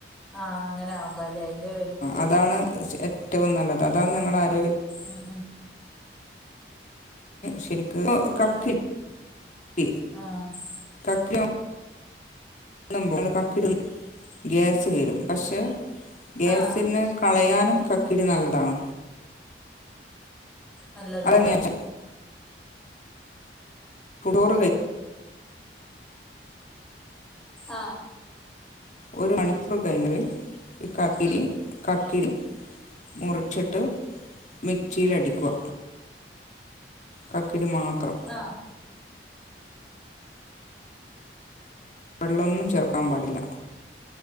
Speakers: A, in the centre; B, on the left.
A: ആഹ് അങ്ങനാവുമ്പോല്ലേ അയ്ന്റെ ബെനിഫിറ്റ്ട്ടാ
B: അതാണ് ഏറ്റവും നല്ലത് അതാണ് ഞങ്ങളുടെ ആരോഗ്യത്തി-
A: ഉം ഉം
B: ശരിക്ക് കക്ക് ഇ
A: ആഹ്
B: കക്ക് <inaudible> <unintelligible> ഗ്യാസ് കേറും പക്ഷെ ഗ്യാസ്ന്ന്
A: ആഹ്
B: കളയാനും കക്കിരി നല്ലതാണ്
A: നല്ലതാല്ലേ
B: അതെങ്ങനെയാ ഫടോറ് വേ
A: ആഹ്
B: ഒരു മണിക്കൂർ കഴിഞ്ഞൽ ഈ കക്കിരി കക്കിരി മുറിച്ചിട്ട് മിക്സിലടിക്കുക കക്കരി മാത്രം
A: ആഹ്
B: വെള്ളൊന്നും ചേർക്കാൻ പാടില്ല